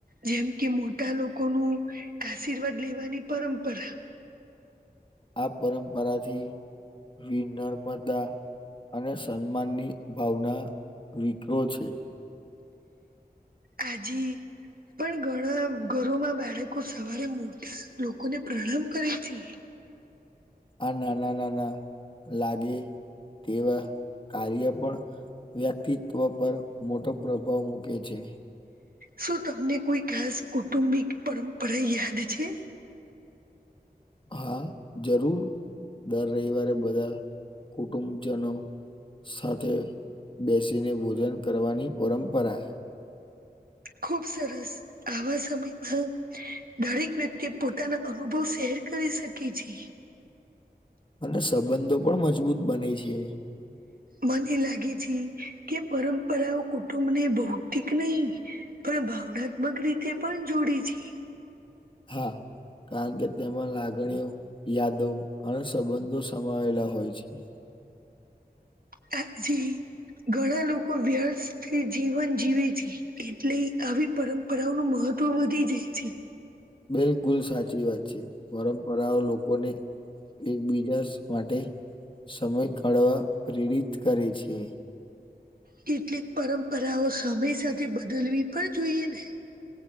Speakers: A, on the right; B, on the left.
A: જેમ કે મોટા લોકો નુ આશીર્વાદ લેવાની પરંપરા
B: આ પરંપરાથી વિનર્મતા અને સન્માનની ભાવના વિકરો છે.
A: આજી પણ ઘણા ઘરોમાં બાળકો સવારે મોટા લોકોને પ્રણામ કરે છે.
B: આ નાના નાના લાગે તેવા કાર્ય પણ વ્યક્તિત્વ પર મોટો પ્રભાવ મૂકે છે.
A: શું તમને કોઈ ખાસ કુટુંબિક પરંપરા યાદ છે.
B: હા જરૂર દર રવિવારે બધા કુટુંબજનો સાથે બેસીને ભોજન કરવાની પરંપરા
A: ખુબ સરસ આવા <inaudible> જમીનમાં દરેક વ્યક્તિ પોતાના અનુભવ શેર કરી શકે છે.
B: અને સંબંધો પણ મજબૂત બને છે.
A: મને લાગે છે કે પરંપરાઓ કુટુંબ ને ભૌતિક નહી પણ ભાવનાત્મક રીતે પણ જોડે છે.
B: હા. કારણ કે તેમાં લાગણીઓ, યાદો અને સંબંધો સમાયેલા હોય છે. <inaudible>
A: કાકી ઘણા લોકો વ્યસ્તથી જીવન જીવે છે. એટલે આવી પરંપરાઓનું મહત્વ વધી જાય છે.
B: બિલકુલ સાચી વાત છે પરંપરાઓ લોકોને એકબીજા માટે સમય કાઢવા પ્રેરિત કરે છે.
A: કેટલીક પરંપરાઓ સમય સાથે બદલવી પણ જોઈએ ને